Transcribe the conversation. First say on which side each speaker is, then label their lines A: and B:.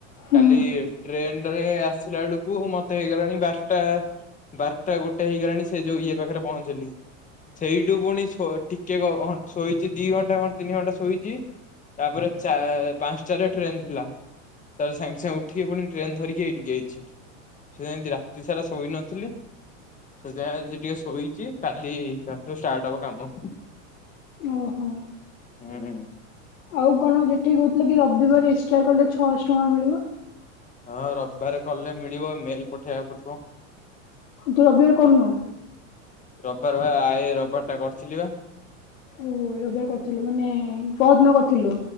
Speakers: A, on the left (about 80°); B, on the left (about 20°).
A: ହୁଁ
B: କାଲି ଟ୍ରେନରେ ଆସିଲା ବଳକୁ ମେ ମତେ ହେଇଗଲାଣି ବାରଟା ବାରଟା ଗୋଟେ ହେଇଗଲାଣି ସେ ଯୋଉ ଇଏ ପାଖରେ ପହଞ୍ଚିଲି ସେଇଠୁ ପୁଣି ଟିକେ ଶୋଇଛି ଦି ଘଣ୍ଟା କଣ ତିନି ଘଣ୍ଟା ଶୋଇଛି ତାପରେ ପାଞ୍ଚଟାରେ ଟ୍ରେନ୍ ଥିଲା ତାପରେ ସାଙ୍ଗେ ସାଙ୍ଗେ ଉଠିକି ପୁଣି ଟ୍ରେନ ଧରିକି ଏଇଠିକି ଆଇଛି ସେମିତି ରାତି ସାରା ଶୋଇନଥିଲି ସେଥିପାଇଁ ଆଜି ଟିକେ ଶୋଇଛି କାଲି କାଲିଠୁ ଷ୍ଟାର୍ଟ ହବ କାମ
A: ଓହୋ।
B: ହୁଁ
A: ଆଉ କଣ ଯେଠି କହୁଥିଲେ କି ରବିବାର ଏକ୍ସ୍ରା କଲେ ଛଅଶହ ଟଙ୍କା ମିଳିବ
B: ହଁ ରବିବାରେ କଲେ ମିଳିବ ମେଲ୍ ପଠେଇବାକୁ ପଡ଼ିବ
A: ତୁ ରବିବାର କରୁନୁ
B: ରବିବାର ପା ଏଇ ରବିବାର ଟା କରୁଥିଲି ପା
A: ଓହୋ ଏଇ ରବିବାର କରିଥିଲୁ ମାନେ ପହରଦିନ କରିଥିଲୁ